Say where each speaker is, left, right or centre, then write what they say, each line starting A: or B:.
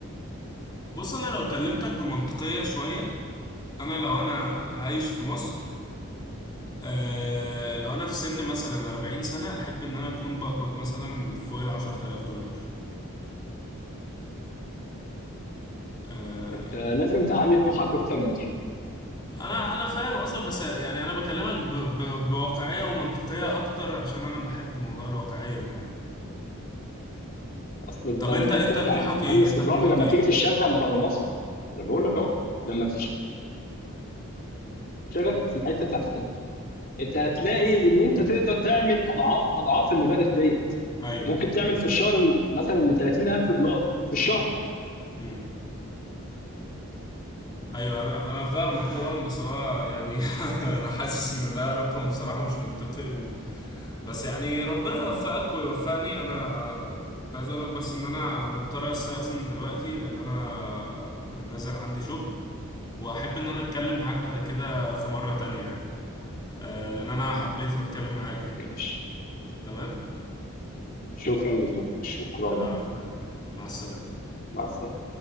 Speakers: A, on the left (about 20°); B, on the left (about 40°).
A: بص انا لو كلمتك بمنطقيه شويه انا لو انا عايش في مصر آه لو انا في سن مثلا 40 سنة احب ان انا اكون بقبض مثلا فوق ال 10000 دولار آه،
B: انت لازم تعلي طموحك اكتر من كده
A: انا انا فاهم قصدك بس يعني انا بكلمك ب... ب... بواقعيه ومنطقيه اكتر عشان انا بحب موضوع الواقعيه ده يعني.
B: اصل انت
A: طب
B: الحته
A: انت انت
B: بتاعت
A: طموحك
B: الامن
A: ايه
B: السيبراني
A: انت طموحك
B: لما
A: ايه
B: تيجي تشتغل بره مصر انا بقول لك اهو لما تشتغل في الحته بتاعت انت هتلاقي ان انت تقدر تعمل اضعاف اضعاف المبالغ دي
A: ايوه
B: ممكن تعمل في الشهر مثلا ل 30000 دولار في الشهر
A: امم ايوه انا انا فاهمك طبعا بس هو يعني <laughs> انا حاسس ان ده رقم بصراحه مش منطقي و... بس يعني ربنا يوفقك ويوفقني انا كنت عايز اقول لك بس ان انا مضطر استاذن دلوقتي لان انا نازل عندي شغل واحب ان انا اتكلم معاك بعد كده في مره تانية يعني آه، لان انا حبيت اتكلم معاك يعني
B: ماشي
A: تمام
B: شكرا لذوقك شكرا
A: العفو يعني. مع السلامه
B: مع السلامه